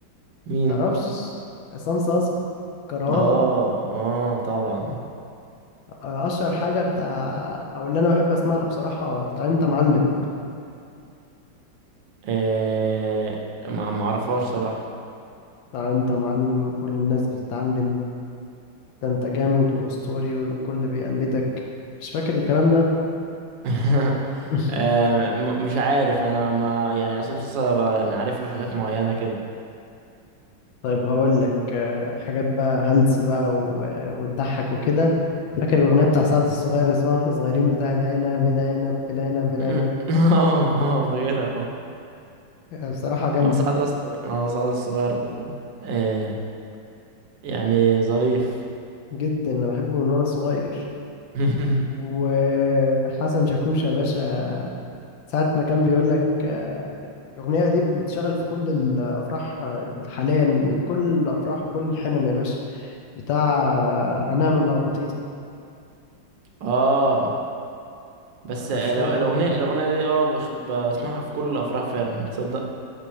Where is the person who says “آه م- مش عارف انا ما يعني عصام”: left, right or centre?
Right